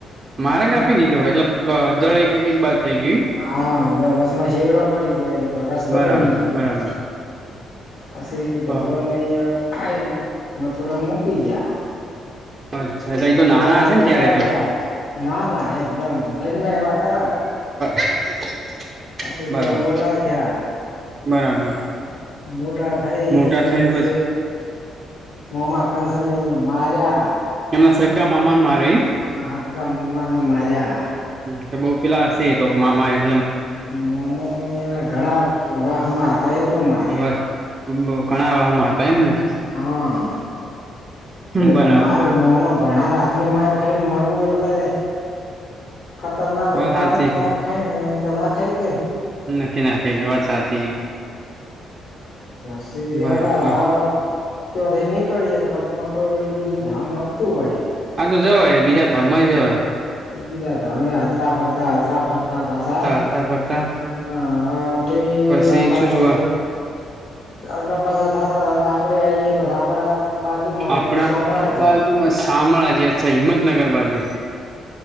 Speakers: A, on the left; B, on the right.
A: હમ
B: માર્ગ કાપી દીધો એટલે
A: મારા
B: જળ એક બાજ થઈ ગયું
A: હા બે બસ માં શેડો પડી ગયો એમ કે રસ્તો
B: એમ બરાબર
A: બની ગયો
B: <inaudible>
A: પછી
B: તો
A: ભગવાનને <unintelligible> આહીંયા મથુરા મૂકી ગયા
B: અચ્છા એ
A: મથુરામાં
B: તો નાના હશે ને
A: મોટા
B: ત્યારે તો
A: થયા. ના ના એકદમ જન્મ્યા એવા તરત
B: <inaudible>
A: પછી
B: બરાબર
A: જો મોટા થયા
B: બરાબર.
A: મોટા થઈ
B: મોટા
A: અને
B: થઈને
A: પછી મોમા કંસને અહીયા મારંયા.
B: એમના સગા મામાને મા
A: હા હગા મોમાને માર્યા.
B: <unintelligible> મામા એ
A: મામા એના ઘણા વાહ માં હતા એટલે માર્યા.
B: હવે ઘણા વાહમાં હતા એમને
A: હા
B: બરાબર
A: તો <unintelligible> ભોણાની હાથની માર ખાઈને મરવું એટલે. ખતરનાક
B: વાત
A: હોય
B: સાચી
A: ત્યારે
B: છે
A: માર ખાઈ ને એમ એમ તો ના ખાઈ ગયને.
B: નકી ના ખાય એ વાત સાચી
A: પછી
B: બરાબર
A: <unintelligible> નીકળી એ કોઈ વડી બીજું ધામ આવતું હોય.
B: આ તો જવાય બીજા
A: હમ
B: ધામા જવાય.
A: તો બીજા ધામે હરતા ફરતા હરતા ફરતા પાછા
B: હડતા હડતા ફરતા
A: હ ઠીઠ
B: પછી
A: આપણા
B: શું
A: પાસે
B: જોવા
A: આગ પાછા થતા થતા આપડે આઈએ પછી આપડા બાજુમાં,
B: આપણા
A: એટલે સમોમળાજી
B: બાજુમાં શામળાજી, અચ્છા હિંમતનગર બાજુ